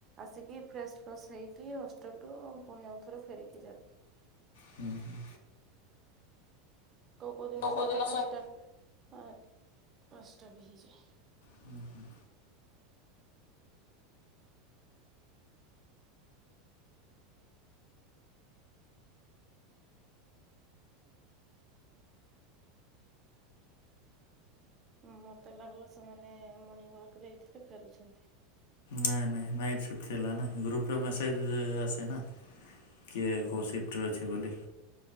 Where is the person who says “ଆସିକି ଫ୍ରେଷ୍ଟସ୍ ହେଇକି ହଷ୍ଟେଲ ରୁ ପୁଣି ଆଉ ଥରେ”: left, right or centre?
Right